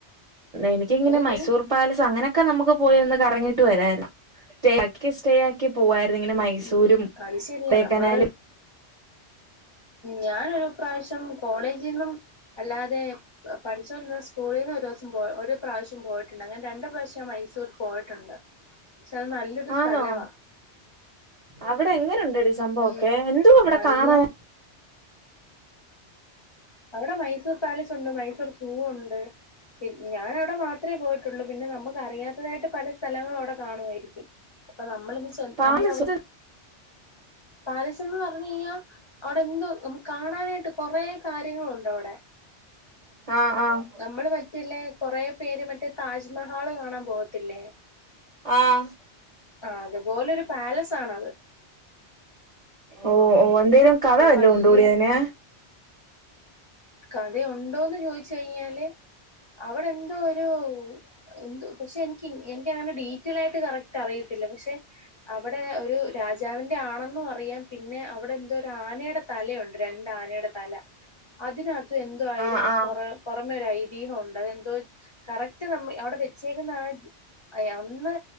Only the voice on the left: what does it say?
ഏടി?
ഉം.
അത് ശരിയാ. നമ്മള് ഞാനൊരു പ്രാവശ്യം കോളേജിന്നും അല്ലാതെ പഠിച്ചുകൊണ്ടിരുന്ന സ്കൂളിന്ന് ഒരു ദിവസം പോയി ഒരു പ്രാവശ്യം പോയിട്ടുണ്ട് അങ്ങനെ രണ്ട് പ്രാവിശ്യം ഞാൻ മൈസൂർ പോയിട്ടുണ്ട് പക്ഷെ അത് നല്ലൊരു
സ്ഥലവാ
ഉം.
നല്ല
<inaudible> അവിടെ മൈസൂർ പാലസ് ഉണ്ട് മൈസൂർ സൂ ഉണ്ട് പിൻ ഞാന് അവിടെ മാത്രമേ പോയിട്ട് <unintelligible> നമുക്ക് അറിയാത്തതായിട്ട് പല സ്ഥലങ്ങളും അവിടെ കാണുമായിരിക്കും അപ്പൊ നമ്മളിന്ന്
നമ്മൾവിടെ പാലസ് എന്ന് പറഞ്ഞ് കഴിഞ്ഞാ അവിടെ എന്ത് നമുക്ക് കാണാനായിട്ട് കൊറേ കാര്യങ്ങളുണ്ട് അവിടെ
നമ്മള് മറ്റല്ലേ കൊറേ പേര് മറ്റേ താജ് മഹാള് കാണാൻ പോവത്തില്ലേ
ആഹ് അതുപോലെ ഒരു പാലസ് ആണത്
അത്
വല്യ
കടയുണ്ടോന്ന് ചോദിച്ച് കഴിഞ്ഞാല് അവിടെ എന്തോ ഒരു എന്തുവാ പക്ഷെ എനിക്ക് എനിക്ക് അങ്ങനെ ഡീറ്റെയിൽ ആയിട്ട് കറക്റ്റ് അറിയത്തില്ല പക്ഷെ അവിടെ ഒരു രാജാവിന്റെ ആണെന്നും അറിയാം പിന്നെ അവിടെ എന്തോ ഒരു ആനയുടെ തലയുണ്ട് രണ്ട് ആനയുടെ തല അതിനകത്ത് എന്തോ ആയിരം
കൊറ പുറമെ ഒരു ഐതീഹം ഉണ്ട് അതെന്തോ കറക്റ്റ് നമ്മള് അവിടെ വെച്ചേക്കുന്ന ആ അയ് അന്ന്